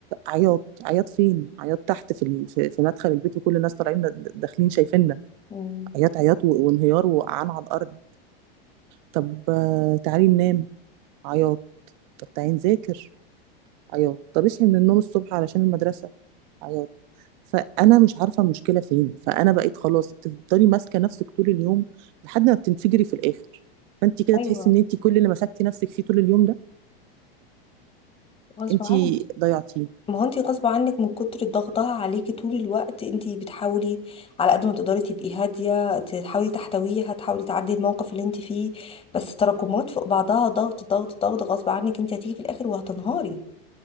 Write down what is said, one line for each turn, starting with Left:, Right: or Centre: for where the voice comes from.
Right: عياط عياط فين عياط تحت في ال- في في مدخل البيت وكل الناس طالعين د- داخلين شايفيننا
Left: مم.
Right: عياط عياط و- وانهيار وقعان على الارض طب آه، تعالي ننام عياط طب تعالي نذاكر عياط طب اصحي من النوم الصبح علشان المدرسة عياط فانا مش عارفه المشكله فين فانا بقيت خلاص بتفضلي ماسكه نفسك طول اليوم لحد ما بتنفجري في الاخر فانت كده تحسي
Left: ايوه
Right: ان انت كل اللي مسكتي نفسك فيه طول اليوم ده
Left: غصب
Right: انت
Left: عنك
Right: ضيعتيه
Left: ما هو انت غصب عنك من كتر ضغطها عليكي طول الوقت انت بتحاولي على قد ما تقدري تبقي هاديه تحاولي تحتويها تحاولي تعدي الموقف اللي انت فيه بس تراكمات فوق بعضها ضغط ضغط ضغط غصب عنك انت هتيجي في الاخر وهتنهاري